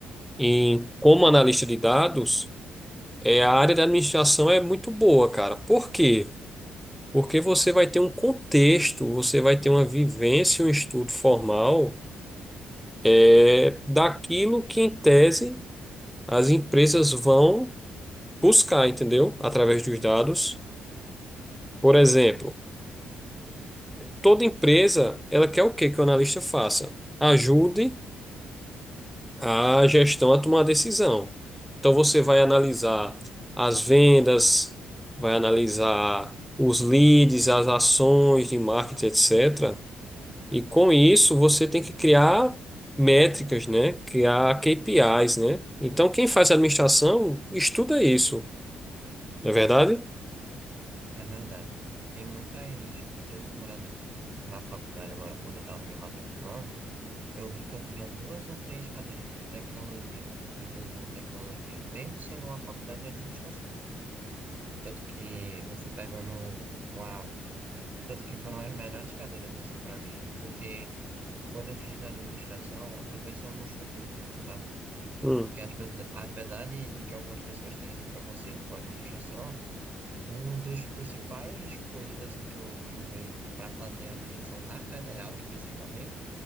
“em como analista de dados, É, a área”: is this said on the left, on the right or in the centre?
Centre